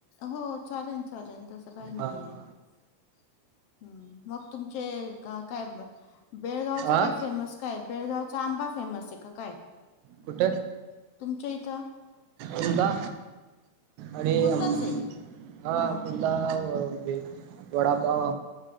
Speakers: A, on the left (about 75°); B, on the right (about 75°).
A: हो चालेल चालेन तसं काय नईये
B: हा
A: हम्म मग तुमचे का काय ब बेळगावचं
B: आ
A: काय फेमस काय, बेळगावचा आंबा फेमस ये का काय?
B: कुठ
A: तुमच्या इथं
B: उंदा अरे
A: कोणताच
B: अम
A: आहे
B: हा
A: हां
B: कुंदा व <unintelligible> वडापाव